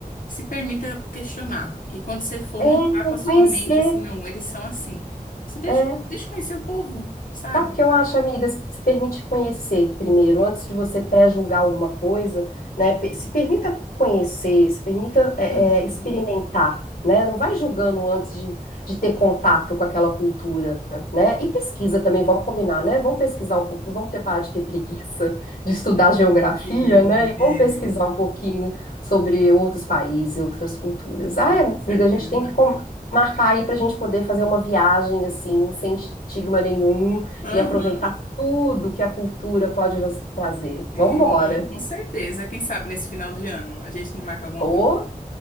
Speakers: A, on the left (about 60°); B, on the left (about 80°).
A: se permita questionar. E quando você for,
B: É,
A: não vá com
B: é
A: a sua
B: conhecer,
A: mente assim, não, eles são assim. Você deixa,
B: é.
A: deixa conhecer o povo, sabe?
B: Sabe o que eu acho, amiga? Se permite conhecer primeiro, antes de você pré-julgar alguma coisa, né? Pe- Se permita conhecer, se permita é,
A: Uhum.
B: é, experimentar, né? Não vai julgando antes de, de ter contato com aquela cultura, né? E pesquisa também, vamos combinar, né? Vamos pesquisar um pouquinho, vamos ter parar de ter preguiça de estudar geografia,
A: Sim,
B: né? E
A: é.
B: vamos pesquisar um pouquinho sobre outros países, e outras culturas. Ai,
A: Não, com certeza.
B: amiga, a gente tem que com- marcar aí para a gente poder fazer uma viagem assim, sem estigma nenhum
A: Aham.
B: e aproveitar tudo que a cultura pode nos trazer.
A: Sim,
B: Vambora.
A: não, com certeza. Quem sabe nesse final de ano a gente não marca alguma
B: Ô,
A: coisa.